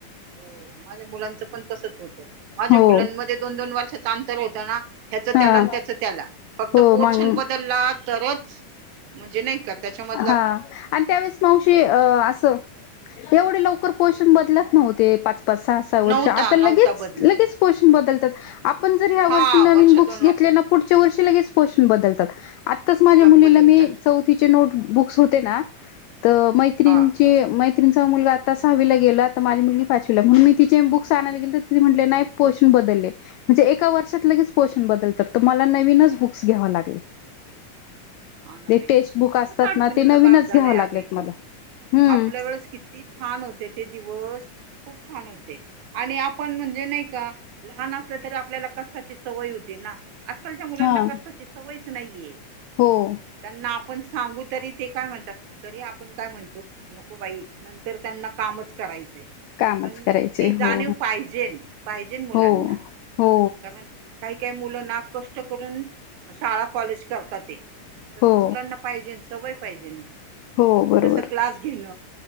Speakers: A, on the right (about 75°); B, on the left (about 90°).
A: हो माझ्या मुलांचं पण तसच होत. माझ्या
B: हो.
A: मुलांमध्ये दोन दोन वर्षाचा अंतर होत ना ह्याच त्याला
B: हा
A: अन त्याच त्याला फक्त
B: हो
A: पोर्शन
B: मग
A: बदलला. तरच. म्हणजे नाही का त्याच्या मधला.
B: हा आणि त्यावेेळेस मावशी अ असं एवढे लवकर पोर्शन बदलत नव्हते. पाच पाच साह साह वर्ष
A: नव्हता
B: आता
A: नव्हता
B: लगेच
A: बदलत
B: लगेच
A: हा
B: पोषण बदलतात आपण जर ह्या
A: हा
B: वर्षी नवीन
A: वर्ष
B: बुक्स
A: दोन
B: घेतले
A: वर्ष
B: ना पुढच्या वर्षी लगेच पोशन बदलतात आत्ताच माझ्या
A: ल
B: मुलीला
A: बदलतात
B: मी चौथीचे नोट बुक्स होते ना तर मैत्रीन
A: हा
B: चे तनचा मुलगा आता सहावीला गेला तर माझी मुलगी पाचवीला म्हणून मी तिचे बुक्स आणायला गेल तर ति म्हटले नाइ पोषण बदलले म्हणजे एका वर्षात लगेच पोषण बदलतात तर मला नवीनच बुक्स घ्यावा लागले.
A: हा ना
B: ते
A: बाई
B: टेक्स्ट
A: इथ
B: बुक
A: खूपच
B: असतात
A: अडचणीचा
B: ते नवीनच
A: भाग झालाय
B: घ्याव लागलेत
A: अगं इथून
B: मला, ह्
A: आपल्या किती छान होते ते दिवस खूप छान होते आणि आप आपण म्हणजे नाही का लहान असल तरी आपल्याला कष्टाची सवय होती ना. आजकालच्या मुलांना
B: हा
A: कष्टाची सवयच नाइये
B: <inaudible>
A: त्यांना आपण सांगू तरी ते काय म्हणतात तरी आपण काय म्हणतो. नको बाई नंतर त्यांना कामच करायचंय.
B: कामच
A: पण
B: करायचे
A: ती जाणीव
B: हो
A: पाहिजेल पाहिजेल मुलांना.
B: हो हो
A: कारण काही काही मुल ना कष्ट करून शाळा कॉलेज करतात ते तस
B: हो
A: मुलांना पाहिजेन सवय पाहिजेन
B: हो बरोबर
A: जस क्लास घेण